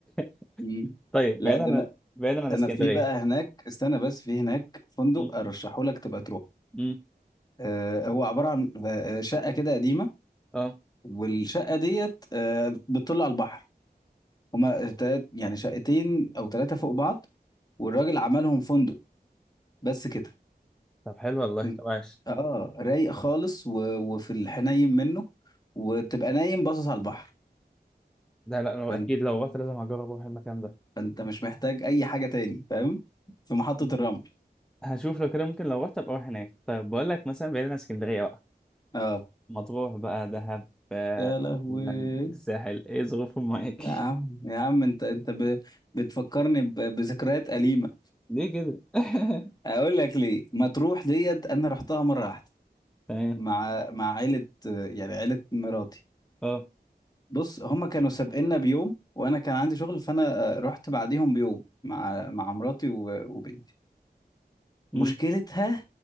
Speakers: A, in the centre; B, on the left.
A: <laughs>
B: مم.
A: طيب
B: لا
A: بعيدا
B: ده
A: عن
B: انا
A: بعيدا عن
B: ده
A: اسكندريه
B: انا في بقى هناك استنى بس في هناك فندق
A: م-
B: ارشحه لك تبقى تروح
A: م.
B: آه، هو عباره عن آه، شقه كده قديمه
A: اه
B: والشقة ديت آه، بت- بتطل على البحر هما تلات يعني شقتين او ثلاثة فوق بعض والراجل عملهم فندق بس كده
A: طب حلو والله
B: إن-
A: طب عاش
B: اه رايق خالص و... وفي الحنين منه وتبقى نايم باصص على البحر
A: لا لا انا
B: فانت...
A: اكيد لو رحت لازم هجرب اروح المكان
B: فانت مش محتاج اي حاجة تاني فاهم في محطة
A: ده
B: الرمل
A: هشوف لو كده ممكن لو رحت ابقى اروح هناك طيب بقول لك مثلا بعيد عن اسكندريه بقى
B: اه
A: مطروح بقى دهب آه،
B: يا لهوي
A: الساحل ايه ظروفهم معاك
B: يا عم يا عم انت انت ب... بتفكرني ب... بذكريات أليمة
A: <laughs> ليه كده <laughs>
B: <laughs> اقول لك ليه مطروح ديت انا رحتها مرة واحدة
A: تمام
B: مع مع عيلة آه، يعني عيلة مراتي
A: اه
B: بص هما كانوا سابقنا بيوم وانا كان عندي شغل فانا آه، رحت بعديهم بيوم مع مع مراتي و- وبنتي
A: أمم،
B: مشكلتها